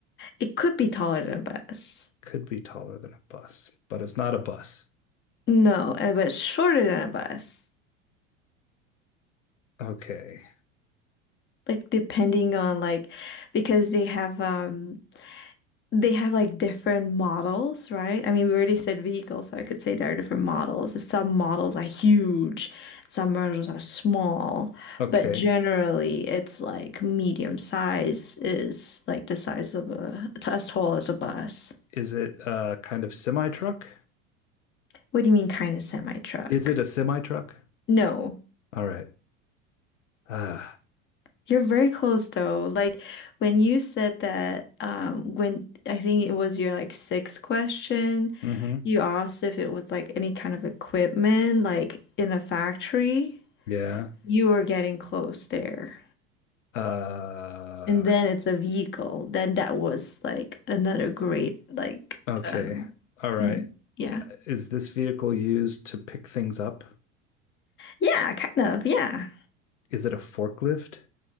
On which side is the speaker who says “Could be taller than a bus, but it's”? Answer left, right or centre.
Left